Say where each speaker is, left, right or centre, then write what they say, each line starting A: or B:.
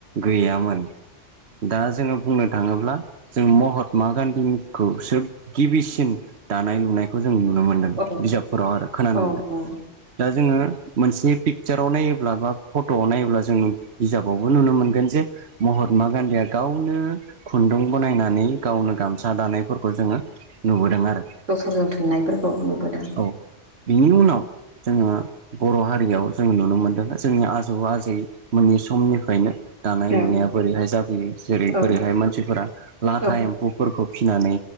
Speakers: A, on the right; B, on the right.
A: गैयामोन दा जोङो बुंनो थाङोब्ला जों महात्मा गान्धीनिखौसो गिबिसिन दानाय लुनायखौ जों नुनो मोनो
B: औ
A: बिजाबफोराव आरो खोनानो
B: औ
A: मोनगोन
B: औ
A: दा जोङो मोनसे पिकसाराव नायोब्ला बा फटआव नायोब्ला जोङो बिजाबावबो नुनो मोन जे महात्मा गान्धीया गावनो खुन्दुं बानायनानै गावनो गामसा दानायफोरखौ जोङो नुबोदों आरो
B: जोथरजों थुननायफोरखौ नुबोदों
A: औ बिनि उनाव जोङो बर' हारियाव जोङो नुनो मोनदों जोंनि आजौ आजैमोननि समनिफ्रायनो दानाय
B: औ
A: लुनाया बोरैहाय जाफैयो जेरै
B: औ
A: बोरैहाय मानसिफोरा लाथा
B: औ
A: एम्फौफोरखौ फिसिनानै